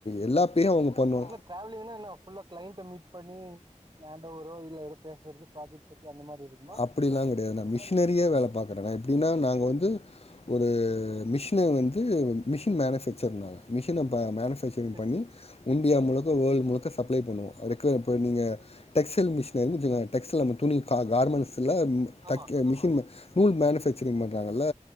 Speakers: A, on the left; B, on the right.
A: எல்லா பேயு அவுங்க பண்ணு
B: ட்ராவ்லிங்னா என்னா ஃபுல்லா க்ளைண்ட்ட மீட் பண்ணி நேண்டோரோ இல்ல ஏதோ பேசறது ஃபிரஜாட் பத்தி அந்த மாறி இரு
A: அப்டிலா கெடயாது நா மிஷ்னரியா வேல பாக்றே நா எப்டின்னா நாங்க வந்து ஒரு மிஷின வந்து மிஷின் மேனுஃபேக்சர் நா மிஷின பா மேனுஃபேக்ச் சர்
B: சேரி
A: பண்ணி
B: சேரி
A: உண்டியா முழுக்க வேர்ல்ட் முழுக்க சப்ளே பண்ணுவோ ரக்க இப்ப நீங்க டெக்ஸல் மிஷின் இருந்து வச்சுக்கோங் டெக்ஸ்டல் நம்ம துணி கா கார்மண்ட்ஸ்ல
B: ஆமா
A: தக்கே மிஷின் நூல் மேனுஃபேக்சரிங் பண்றாங்கல்ல